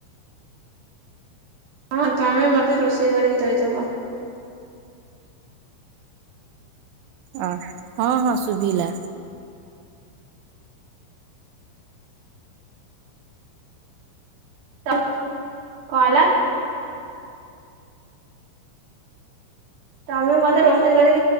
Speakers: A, on the right; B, on the right.
A: ହଁ ତମେ ମତେ ରୋଷେଇ କରିକି ଦେଇଦବ।
B: ଅ ହଁ ହଁ ଶୁଭିଲା।
A: ତମେ କଣ ହେଲା। ତମେ ମତେ ରୋଷେଇ କରି